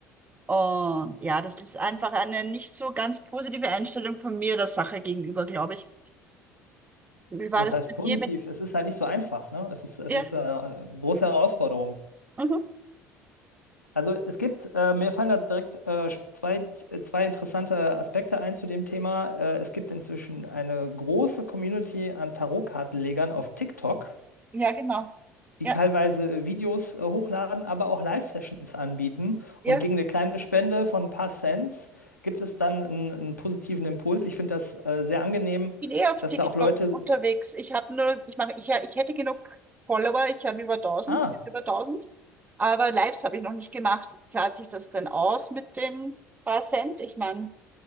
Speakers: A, on the right; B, on the left.
A: Und ja, das ist einfach eine nicht so ganz positive Einstellung von mir der Sache gegenüber, glaube ich. Wie war
B: was
A: das
B: heißt
A: mit
B: positiv?
A: dir mit
B: Es ist halt nicht so einfach, ne? Es ist, es
A: ja,
B: ist äh, eine große Herausforderung.
A: mhm.
B: Also es gibt, äh, mir fallen da direkt äh, sp- zwei, äh, zwei interessante Aspekte ein zu dem Thema. Äh, es gibt inzwischen eine große Community an Tarotkartenlegern auf TikTok.
A: Ja, genau.
B: die
A: Ja,
B: teilweise äh, Videos äh, hochladen, aber auch Live-Sessions anbieten.
A: ja,
B: Und gegen eine kleine Spende von ein paar Cents gibt es dann einen, einen positiven Impuls. Ich finde das äh, sehr angenehm,
A: ich bin eh auf
B: dass
A: TikTok
B: da auch Leute.
A: unterwegs. Ich habe nur, ich mache, ich, ich hätte genug Follower, ich habe über tausend
B: Ah,
A: über tausend aber Lives habe ich noch nicht gemacht. Zahlt sich das denn aus mit den paar Cent? Ich meine,